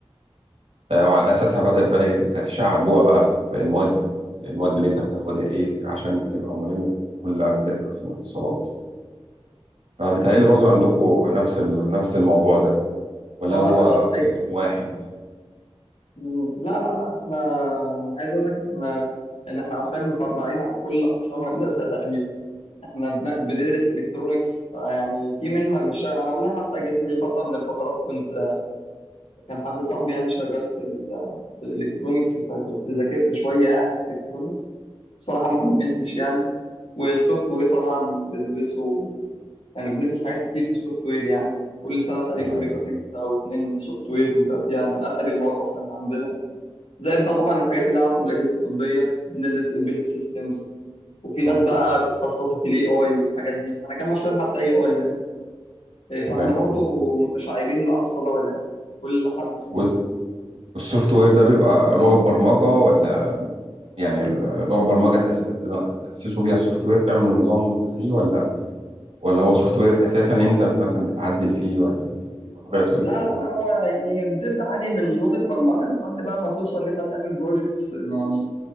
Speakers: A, on the right; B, on the left.
A: آه، وعلى اساسها بدات بقى تتشعب جوه بقى في المواد المواد اللي انت بتاخدها ايه عشان تبقى ملم بكل اجزاء قسم اتصالات فبيتهيألي
B: مم.
A: برضو عندكم نفس ال... نفس الموضوع ده ولا
B: أه
A: هو
B: نفس الفكرة
A: قسم واحد
B: مم. لا لا لا إحنا أنا عايز أقول لك إحنا إن إحنا عارفين مفرعين على كل أقسام الهندسة تقريبا إحنا بن- بندرس إلكترونيكس يعني في منا بيشتغل أنا والله حتى جات لي فترة من الفترات كنت كان حد صاحبي يعني شغال في ال في الالكترونيكس فكنت ذاكرت شويه يعني في الالكترونيكس صراحه ما كملتش يعني والسوفت وير طبعا بندرسه يعني بندرس حاجات كتير في السوفت وير يعني كل سنه تقريبا
A: تمام
B: بيبقى فيه ماده او اتنين سوفت وير وبيبقى فيها من اتقل المواد اصلا اللي عندنا زائد بقى طبعا الحاجات اللي لها علاقه بالاجهزه الطبيه بندرس امبيدد سيستمز وفي
A: مم.
B: ناس بقى بيتخصصوا في الاي اي والحاجات دي انا كان مشروعي حتى اي اي يعني إيه، فاحنا
A: تمام
B: برضو متشعبين لاقصى درجه يعني كل حد
A: وال- والسوفت وير ده بيبقى لغة برمجة ولا يعني لغة برمجة تأس... تأسسوا بيها السوفت وير تعمل نظام تشغيل ولا ولا هو سوفت وير أساسا أنت مثلا بتعدل فيه ولا بيبقى طبيعته إيه؟
B: لا لا لا هو يعني بتبدأ عادي من لغة برمجة لحد بقى ما توصل إن أنت تعمل بروجكتس يعني